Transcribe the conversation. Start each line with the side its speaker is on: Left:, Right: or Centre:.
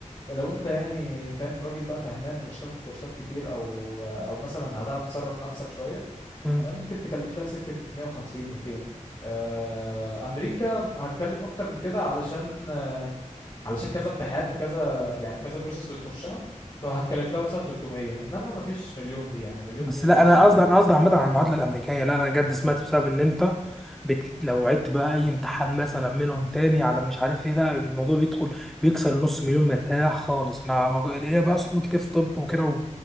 Left: لو انت يعني فاهم راجل بقى فهمان ومش تاخد كورسات كتير او او مثلا هتعرف تصرف نفسك شويه
Centre: مم.
Left: آه، ممكن تكلف لها في سكه 150 200 آه، امريكا هتكلف اكتر من كده علشان آه، علشان كذا امتحان وكذا يعني وكذا بروسيس بتخشها فهتكلف لها مثلا 300 انما ما فيش مليون دي يعني مليون
Centre: بس
Left: دي
Centre: لا انا
Left: صعبه
Centre: قصدي
Left: قوي
Centre: انا قصدي عامه على المعادله الامريكيه لا انا بجد سمعت بسبب ان انت بت... لو عدت بقى اي امتحان مثلا منهم تاني على مش عارف ايه ده الموضوع بيدخل بيكسر النص مليون مرتاح خالص انا ما- ليا بقى
Left: اه
Centre: صحاب كتير في طب وكده